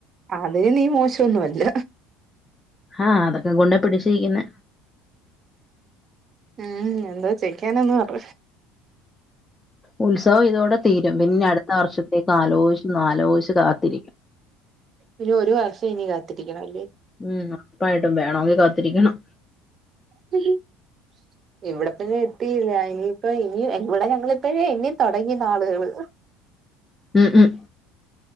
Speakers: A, on the right; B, on the left.
A: അതിന് നീ മോശന്നും അല്ല
B: ആഹ് അതൊക്കെ കോണ്ട പിടിച്ച്നിക്കുന്ന
A: ഉം എന്തോ ചെയിക്കാനന്ന് പറ
B: ഉത്സവം ഇതോടെ തീരും പിന്നെ അടുത്ത വർഷത്തേക്ക് ആലോചിച്ച് ആലോചിച്ച് കാത്തിരിക്കും
A: ഇനി ഒരു വർഷം ഇനി കാത്തിരിക്കണം അല്ലെ
B: ഉം ഒപ്പായിട്ടും വേണമെങ്കിൽ കാത്തിരിക്കണം
A: ഉം <unintelligible> ഇവിടെപ്പന്നെ എത്തിയില്ല ഇനിയിപ്പ ഇനി ഇവിടെ ഞങ്ങളിപ്പഎണ്ണി തുടങ്ങി നാളുകള്
B: ഉം ഉം